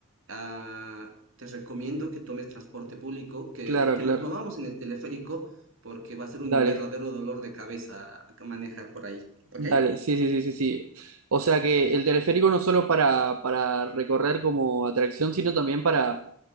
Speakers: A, on the right (about 60°); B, on the right (about 80°).
A: ah, te recomiendo que tomes transporte público, que,
B: claro,
A: que
B: claro.
A: nos movamos en el teleférico, porque va a ser un
B: Dale,
A: verdadero dolor de cabeza manejar por ahí. ¿Ok?
B: dale. Sí, sí, sí, sí, sí. O sea que el teleférico no solo para, para recorrer como atracción, sino también para,